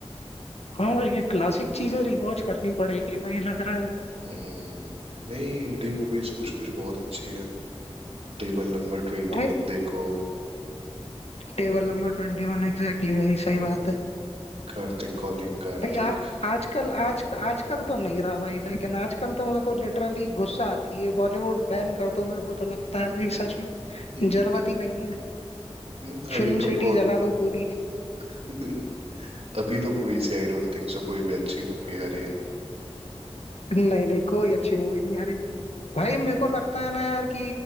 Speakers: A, on the left; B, on the right.
A: हाँ भाई ये क्लासिक चीजें रिवॉच करनी पड़ेगी भाई लग रहा है
B: हम्म नहीं हिंदी मूवीज कुछ कुछ बहुत अच्छी है टेबल नंबर ट्वेंटी
A: भाई
B: वन देखो
A: table number twenty one exactly भाई सही
B: हाँ,
A: बात है
B: कार्तिक कॉलिंग कार्तिक
A: भाई आ, आजकल आज आजकल तो नहीं रहा भाई लेकिन आजकल तो मेरे को लिटरली गुस्सा आती है बॉलीवुड बैन कर दो मेरे को तो लगता है भाई सच में
B: <laughs>
A: जरूरत ही नहीं है
B: हम्म, अभी
A: फिल्म
B: तो
A: सिटी
B: कौन
A: जला दो पूरी
B: <laughs> अभी तो कोई सी आई डोंट थिंक सो कोई भी अच्छी मूवी आ रही है
A: नहीं नहीं कोई अच्छी मूवी नहीं आ रही भाई मेरे को लगता है ना यार कि